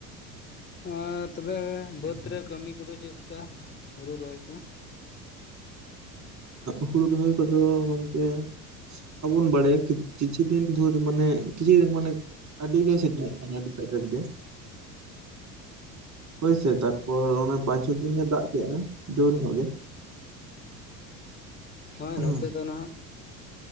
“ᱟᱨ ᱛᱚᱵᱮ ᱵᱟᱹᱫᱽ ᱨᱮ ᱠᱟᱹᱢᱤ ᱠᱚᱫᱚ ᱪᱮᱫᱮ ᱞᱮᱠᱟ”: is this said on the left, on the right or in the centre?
Left